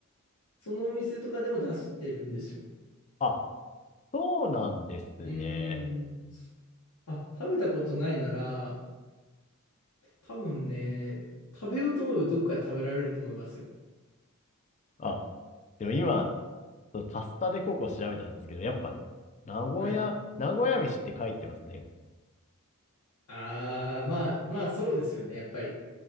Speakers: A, on the left; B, on the left.
A: そのお店とかでも出してるんですよ。
B: あ、そうなんですね。
A: うーん。あ、食べたことないなら、多分ね、食べようと思えばどっかで食べられると思いますよ。
B: あ、でも今、そうパスタでココ調べたんですけど、やっぱ、名古屋、
A: はい。
B: 名古屋飯って書いてますね。
A: ああ、まあ、まあそうですよね、やっぱり。